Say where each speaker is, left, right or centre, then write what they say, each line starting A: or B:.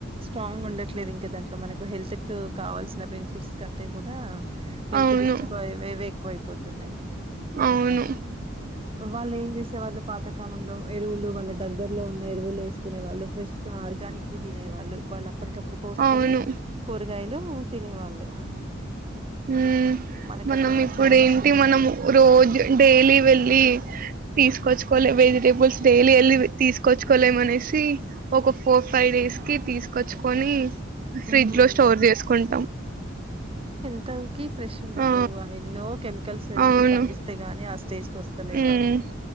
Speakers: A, on the right (about 30°); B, on the right (about 45°).
A: స్ట్రాంగ్ ఉండట్లే లేదు ఇంకా దాంట్లో మనకు హెల్త్ కు కావాల్సిన బెనిఫిట్స్ కంటే కూడా హెల్త్
B: అవును
A: డిస్టర్బ్ అవేవే ఎక్కువ అయిపోతున్నాయి
B: అవును
A: వాళ్ళు ఏంచేసే వాళ్ళు పాతకాలంలో ఎరువులు వాళ్ళ దగ్గరలో ఉన్న ఎరువులు వేసుకునే వాళ్ళు ఫ్రెష్ గా ఆర్గానిక్ వి తినే వాళ్ళు వాళ్ళ అప్పటికప్పుడు కోసుకొని
B: అవును
A: కూరగాయలు తినేవాళ్ళు
B: మ్మ్
A: మనకట్లాంటి
B: మనం ఇప్పుడు
A: ఛాన్స్
B: ఏంటి
A: లేదు.
B: మనం రోజు డైలీ వెళ్లిి తీసుకొచ్ కొల్ వెజిటేబుల్స్ డైలీ వెళ్ళి తీసుకొచ్చుకోలేమ అనేసి ఒక ఫోర్ ఫైవ్ డేస్ కి తీస్ సుకొచ్చుకొని
A: హ్మ్.
B: ఫ్రిడ్జ్ లో
A: హ్మ్.
B: స్టోర్ చేసుకుంటాం
A: అంతకి ఫ్రెష్ ఉండట్లేవు
B: ఆ
A: అవి ఎన్నో కెమికల్స్ వేసి
B: అవును
A: పండిస్తే గాని అస్ వస్తలే
B: హ్మ్
A: అవి